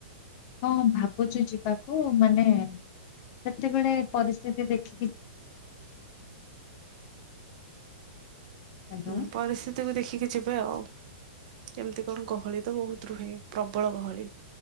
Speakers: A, on the left; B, on the right.
A: ହଁ ଭାବୁଛି ଯିବାକୁ ମାନେ ସେତେବେଳେ ପରିସ୍ଥିତି ଦେଖିକି ହ୍ୟାଲୋ
B: ହୁଁ ପରିସ୍ଥିତିକୁ ଦେଖିକି ଯିବା ଆଉ କେମିତି କଣ ଗହଳି ତ ବହୁତ ରୁହେ ପ୍ରବଳ ଗହଳି